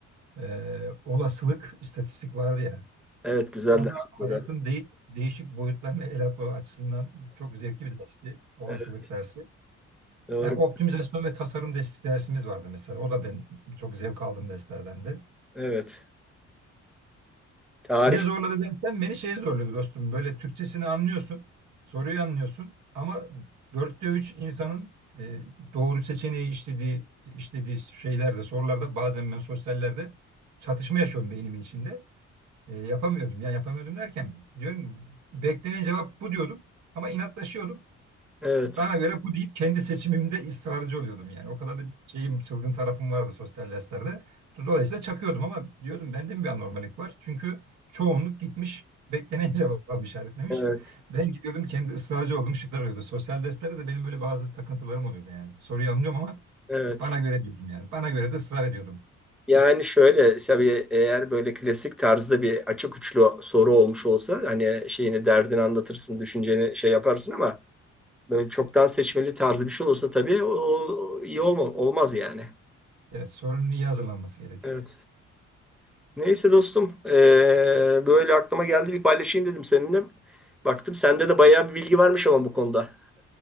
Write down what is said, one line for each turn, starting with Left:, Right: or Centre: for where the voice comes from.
Right: e, olasılık istatistik vardı ya.
Centre: Evet güzel
Right: O
Centre: dersti
Right: da hayatın
Centre: o da.
Right: de değişik boyutlarına el atma açısından çok zevkli bir dersti. Olasılık
Centre: Evet,
Right: dersi.
Centre: doğru.
Right: Yani optimizasyon ve tasarım des- dersimiz vardı mesela. O da ben çok zevk aldığım derslerdendi.
Centre: Evet. Tarih.
Right: Ne zorladı dersen beni şey zorladı dostum. Böyle Türkçesini anlıyorsun, soruyu anlıyorsun ama dörtte üç insanın e, doğru seçeneği işlediği işlediği şeylerde, sorularda bazen ben sosyallerde çatışma yaşıyorum beynimin içinde. E, yapamıyordum. Yani yapamıyordum derken diyorum beklenen cevap bu diyordum ama inatlaşıyordum.
Centre: Evet.
Right: Bana göre bu deyip kendi seçimimde ısrarcı oluyordum yani. O kadar da bir şeyim, çılgın tarafım vardı sosyal derslerde. Dolayısıyla çakıyordum ama diyordum bende mi bir anormalik var? Çünkü çoğunluk gitmiş beklenen <laughs> cevabı işaretlemiş.
Centre: Evet.
Right: Ben gidiyordum kendi ısrarcı olduğum şıklar oluyordu. Sosyal derslerde de benim böyle bazı takıntılarım oluyordu yani. Soruyu anlıyorum ama
Centre: Evet.
Right: bana göre diyordum yani. Bana göre de ısrar ediyordum.
Centre: Yani şöyle tabii eğer böyle klasik tarzda bir açık uçlu soru olmuş olsa hani şeyini derdini anlatırsın, düşünceni şey yaparsın ama Böyle çok daha seçmeli tarzı bir şey olursa tabii o iyi olma, olmaz yani.
Right: Evet, sorunun iyi hazırlanması gerekiyor.
Centre: Evet. Neyse dostum, eee, böyle aklıma geldi bir paylaşayım dedim seninle. Baktım sende de bayağı bir bilgi varmış ama bu konuda.